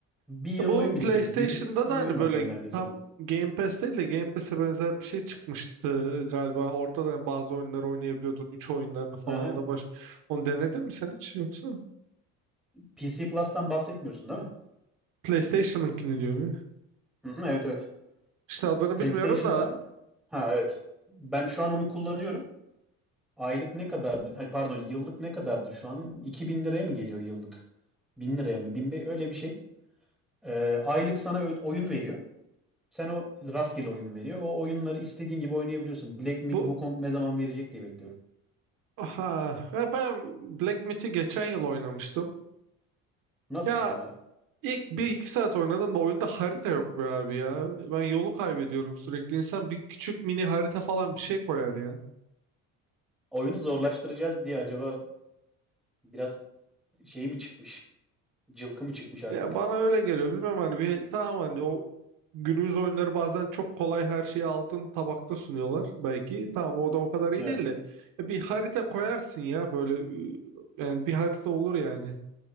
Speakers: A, in the centre; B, on the right.
A: Bir yığın
B: E Bu
A: oyun biriktirdik.
B: PlayStation'da
A: 1500 tane
B: da hani
A: oyun var
B: böyle
A: şu an neredeyse.
B: tam Game Pass değil de Game Pass'e benzer bir şey çıkmıştı galiba. Orada da hani bazı oyunları oynayabiliyordun. üç oyunlarını falan
A: Aha.
B: ya da baş... Onu denedin mi sen hiç yoksa?
A: PC Plus'tan bahsetmiyorsun değil mi?
B: PlayStation'ınkini diyor mu?
A: Hı hı, evet evet.
B: İşte adını
A: PlayStation'da
B: bilmiyorum da
A: ha evet. Ben şu an onu kullanıyorum. Aylık ne kadardı? Hay pardon yıllık ne kadardı şu an? 2000 liraya mı geliyor yıllık? 1000 liraya mı? 1000 be- öyle bir şey. Ee, aylık sana ö- oyun veriyor. Sen o rastgele oyun veriyor. O oyunları istediğin gibi oynayabiliyorsun. Black Myth
B: bu
A: Wukong ne zaman verecek diye bekliyorum.
B: Aha, ya ben Black Myth'i geçen yıl oynamıştım.
A: Nasıl
B: Ya
A: sence?
B: ilk bir iki saat oynadım da oyunda harita yok be abi ya. Ben yolu kaybediyorum sürekli. İnsan bir küçük mini harita falan bir şey koyar ya.
A: Oyunu zorlaştıracağız diye acaba biraz şey mi çıkmış? Cılkı mı çıkmış artık?
B: Ya bana öyle geliyor. Bilmem hani bir tamam hani o günümüz oyunları bazen çok kolay her şeyi altın tabakta sunuyorlar belki. Tamam o da o kadar iyi
A: Evet.
B: değil de. Ya bir harita koyarsın ya böyle ü- yani bir harita olur yani.